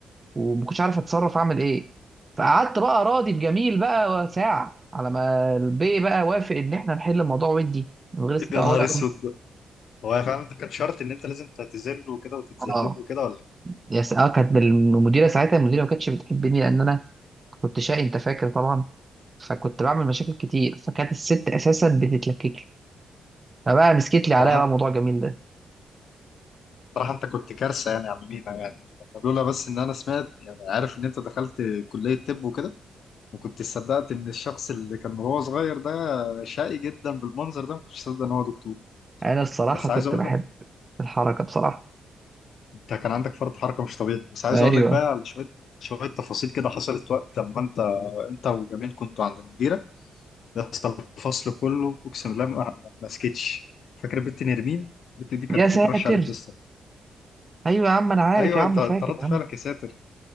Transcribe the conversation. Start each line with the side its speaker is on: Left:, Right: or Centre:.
Right: وما كنتش عارف اتصرف اعمل ايه فقعدت بقى راضي في جميل بقى ساعه على ما البي بقى وافق ان احنا نحل الموضوع ودي من غير استدعاء
Left: يا نهار
Right: ولا
Left: اسود
Right: امر
Left: هو فعلا ده كان شرط ان انت لازم تعتذر له وكده وتتذلل
Right: اه
Left: له كده ولا ايه؟
Right: يا س- اه كانت المديره ساعتها المديره ما كانتش بتحبني لان انا كنت شقي انت فاكر طبعا فكنت بعمل مشاكل كتير فكانت الست اساسا بتتلكك لي فبقى مسكت لي
Left: صراحه
Right: عليا بقى موضوع جميل ده
Left: صراحه انت كنت كارثه يعني يا عم مينا يعني لولا بس ان انا سمعت يعني عارف ان انت دخلت كليه طب وكده وكنت صدقت ان الشخص اللي كان وهو صغير ده شقي جدا بالمنظر ده ما كنتش صدق ان هو دكتور
Right: انا الصراحه
Left: بس
Right: كنت
Left: عايز اقول
Right: بحب
Left: لك
Right: الحركه بصراحه
Left: انت كان عندك فرط حركه مش طبيعي بس عايز
Right: ايوه
Left: اقول لك بقى على شويه شويه تفاصيل كده حصلت وقت لما انت انت وجميل كنتوا عند المديره يا اسطى الفصل كله اقسم بالله ما ما سكتش فاكر البنت نرمين البنت دي كانت
Right: يا
Left: بتكرش
Right: ساتر
Left: عليك يا اسطى
Right: ايوه يا عم انا عارف
Left: ايوه
Right: يا عم
Left: انت انت
Right: فاكر
Left: رد
Right: يا
Left: فعلك
Right: عم
Left: يا ساتر